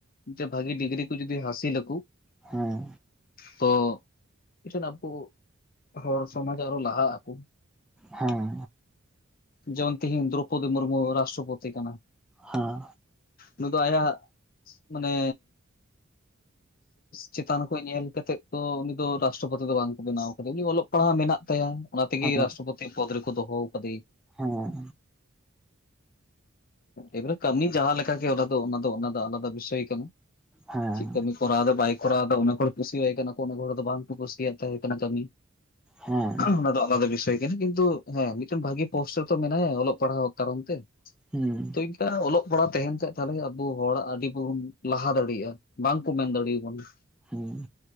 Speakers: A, on the left; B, in the centre.
A: ᱡᱮ ᱵᱷᱟᱹᱜᱤ ᱰᱤᱜᱽᱨᱤ ᱠᱚ ᱡᱩᱫᱤ ᱦᱟᱹᱥᱤᱞ ᱟᱠᱚ
B: ᱦᱮᱸ
A: ᱛᱚ <unintelligible> ᱟᱵᱚ ᱦᱚᱲ ᱥᱚᱢᱟᱡ ᱟᱨᱚ ᱞᱟᱦᱟᱜ ᱟᱠᱚ
B: ᱦᱮᱸ
A: ᱡᱚᱭᱚᱱ ᱛᱤᱦᱤᱧ ᱫᱨᱚᱯᱚᱫᱤ ᱢᱩᱨᱢᱩ ᱨᱟᱥᱴᱨᱚᱯᱚᱛᱤ ᱠᱟᱱᱟ
B: ᱦᱮᱸ
A: ᱱᱩᱭ ᱫᱚ ᱟᱭᱟᱜ ᱢᱟᱱᱮ ᱪᱮᱛᱟᱱ ᱠᱷᱚᱱ ᱧᱮᱞ ᱠᱟᱛᱮᱜ ᱛᱚ ᱩᱱᱤ ᱫᱚ ᱨᱟᱥᱴᱨᱚᱯᱚᱛᱤ ᱫᱚ ᱵᱟᱝ ᱠᱚ ᱵᱮᱱᱟᱣ ᱟᱠᱟᱫᱮᱭᱟ ᱩᱱᱤ ᱚᱞᱚᱜ ᱯᱟᱲᱦᱟᱜ ᱢᱮᱱᱟᱜ ᱛᱟᱭᱟ᱾ ᱚᱱᱟ ᱛᱮᱜᱮ
B: ᱦᱮᱸ
A: ᱨᱟᱥᱴᱨᱚᱯᱚᱛᱤ ᱯᱚᱫ ᱨᱮᱠᱚ ᱫᱚᱦᱚ ᱟᱠᱟᱫᱮ᱾
B: ᱦᱮᱸ
A: ᱮᱵᱟᱨ ᱠᱟᱹᱢᱤ ᱡᱟᱦᱟ ᱞᱮᱠᱟ ᱜᱮ ᱚᱱᱟ ᱫᱚ ᱚᱱᱟ ᱫᱚ ᱚᱱᱟ ᱫᱚ ᱟᱞᱟᱫᱟ ᱵᱤᱥᱚᱭ ᱠᱟᱱᱟ
B: ᱦᱮᱸ
A: ᱪᱮᱫ ᱠᱟᱹᱢᱤ ᱠᱚᱨᱟ ᱫᱟ ᱵᱟᱭ ᱠᱚᱨᱟᱣᱫᱟ ᱚᱱᱟ ᱠᱚᱨᱮ ᱠᱩᱥᱤᱟᱭ ᱠᱟᱱᱟ ᱠᱚ ᱚᱱᱟ ᱠᱚᱨᱮ ᱫᱚ ᱵᱟᱝᱠᱚ ᱠᱩᱥᱤᱭᱟᱜ ᱛᱟᱦᱮᱸ ᱠᱟᱱᱟ ᱠᱟᱹᱢᱤ
B: ᱦᱮᱸ
A: ᱚᱱᱟ ᱫᱚ ᱟᱞᱟᱫᱟ ᱵᱤᱥᱚᱭ ᱠᱤᱱᱛᱩ ᱦᱮᱸ ᱢᱤᱫᱴᱮᱱ ᱵᱷᱟᱜᱤ ᱯᱳᱥᱴ ᱨᱮ ᱛᱚ ᱢᱮᱱᱟᱭᱟ ᱚᱞᱚᱜ ᱯᱟᱲᱦᱟᱣ ᱠᱟᱨᱚᱱ ᱛᱮ ᱛᱚ
B: ᱦᱩᱸ
A: ᱤᱱᱠᱟᱹ ᱚᱞᱚᱜ ᱯᱟᱲᱦᱟᱜ ᱛᱟᱦᱮᱱ ᱠᱷᱟᱡ ᱛᱟᱞᱦᱮ ᱟᱵᱚ ᱦᱚᱲᱟᱜ ᱟᱹᱰᱤᱵᱚᱱ ᱞᱟᱦᱟ ᱫᱟᱲᱮᱭᱟᱜᱼᱟ ᱵᱟᱝᱠᱚ ᱢᱮᱱ ᱫᱟᱲᱮᱭᱟᱵᱚᱱᱟ
B: ᱦᱮᱸ